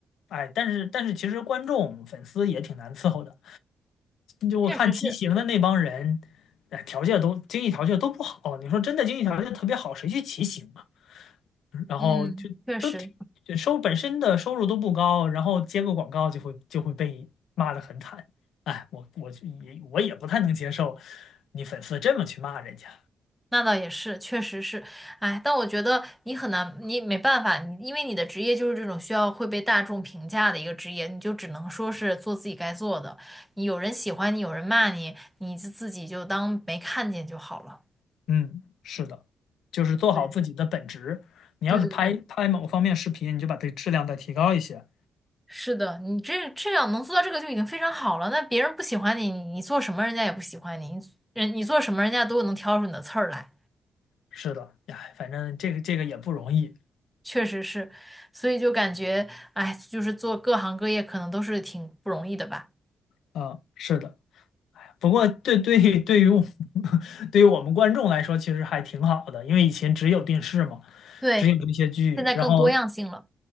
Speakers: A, on the left; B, in the centre.
A: 哎，但是但是其实观众粉丝也挺难伺候的，就我看骑行的那帮人，
B: 确实是，
A: 哎，条件都经济条件都不好，你说真的经济条件特别好，谁去骑行啊？然后就就挺就收本身的收入都不高，
B: 嗯，确实。
A: 然后接个广告就会就会被骂得很惨。哎，我我就也我也不太能接受你粉丝这么去骂人家。
B: 那倒也是，确实是，哎，但我觉得你很难，你没办法，你因为你的职业就是这种需要会被大众评价的一个职业，你就只能说是做自己该做的。你有人喜欢你，有人骂你，你自自己就当没看见就好了。
A: 嗯，是的，就是做好自己的本职。
B: 对，
A: 你要是拍拍某方面视频，
B: 对对对，
A: 你就把这质量再提高一些。
B: 是的，你这这样能做到这个就已经非常好了。那别人不喜欢你，你做什么人家也不喜欢你，你人你做什么人家都能挑出你的刺儿来，
A: 是的，哎，反正这个这个也不容易
B: 确实是，所以就感觉，哎，就是做各行各业可能都是挺不容易的吧。
A: 啊，是的。不过对对对于我 <laughs> 对于我们观众来说，其实还挺好的，因为以前只有电视嘛。
B: 对，
A: 只有这些剧，
B: 现在更多样性了。
A: 然后